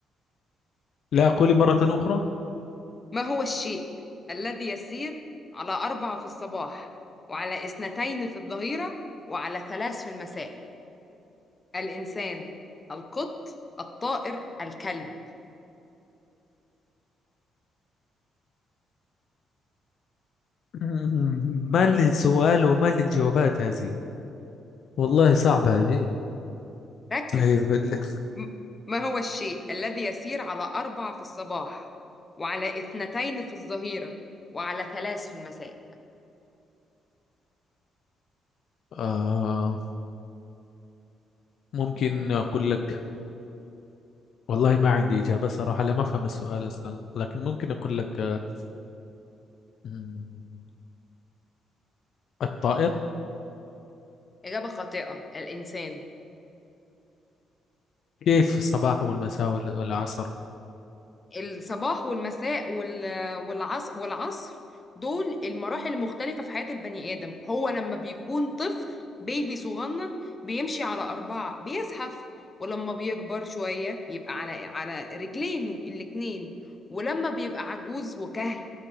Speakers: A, on the left; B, on the left.
A: لا قولي مرة أخرى
B: ما هو الشيء الذي يسير على أربعة في الصباح وعلى اثنتين في الظهيرة وعلى ثلاث في المساء الإنسان القط الطائر الكلب
A: <laughs> ما للسؤال وما للجوابات هذه والله صعبة هذه
B: ركز
A: أي بالله
B: م- ما هو الشيء الذي يسير على أربع في الصباح وعلى اثنتين في الظهيرة وعلى ثلاث في المساء
A: آه ممكن أقول لك والله ما عندي إجابة صراحة لا ما أفهم السؤال أصلا لكن ممكن أقول لك آه، مم، الطائر
B: إجابة خاطئة الإنسان
A: كيف الصباح والمساء وال- والعصر
B: الصباح والمساء وال... والعصر والعصر دول المراحل المختلفة في حياة البني آدم هو لما بيكون طفل بيبي صغنن بيمشي على أربعة بيزحف ولما بيكبر شوية بيبقى على على رجلين الاتنين ولما بيبقى عجوز وكهل